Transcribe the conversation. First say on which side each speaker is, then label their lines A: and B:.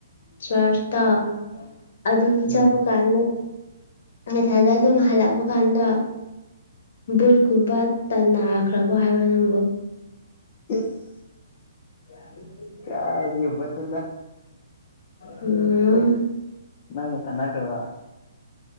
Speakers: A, on the left (about 55°); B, on the left (about 30°).
A: ꯆꯔ ꯑꯗꯨꯝ
B: ꯎꯝ
A: ꯆꯠꯄ ꯀꯥꯟꯗ ꯃꯊꯗ ꯑꯗꯨꯝ ꯍꯜꯂꯛꯄ ꯀꯥꯟꯗ ꯕꯨꯠ ꯀꯨꯝꯕ ꯇꯥꯟꯟꯅꯈ꯭ꯔꯕꯥ ꯍꯥꯏꯕ ꯅꯪꯕꯨ
B: ꯏꯁꯁ
A: ꯌꯥ
B: ꯀꯕ ꯆꯗ
A: ꯎꯝ
B: ꯅꯪꯕꯨ ꯇꯅꯥ ꯈ꯭ꯔꯥ ꯕ